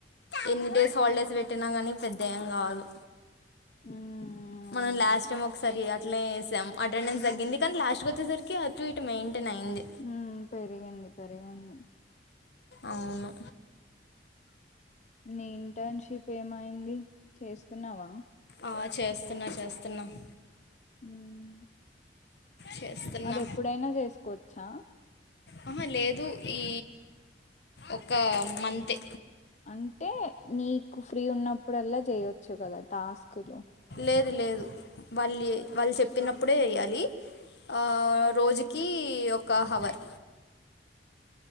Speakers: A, on the left; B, on the left.
A: ఎన్ని డేస్ హాలిడేస్ పెట్టినా గానీ పెద్ద ఏం కాదు
B: ఉమ్
A: మనం లాస్ట్ టైం ఒకసారి అట్లేనేసాం అటెండెన్స్ తగ్గింది కానీ లాస్ట్ వచ్చేసరికి అటు ఇటు మెయింటైన్ అయింది
B: హ్మ్మ్ పెరిగింది పెరిగింది
A: అవును
B: నీ ఇంటర్న్షిప్ ఏమైంది చేస్తున్నావా
A: ఆ చేస్తున్నా చేస్తున్నాను
B: హ్మ్మ్
A: చేస్తున్నా
B: అది ఎప్పుడైనా చేసుకోవచ్చా
A: ఆహ లేదు ఈ ఒక మంతే
B: అంటే నీకు ఫ్రీ ఉన్నప్పుడల్లా చేయొచ్చు కదా టాస్కులు
A: లేదు లేదు వాళ్ళు వాళ్ళు చెప్పినప్పుడే ఎ య్యాలి ఆ రోజుకి ఒక హవర్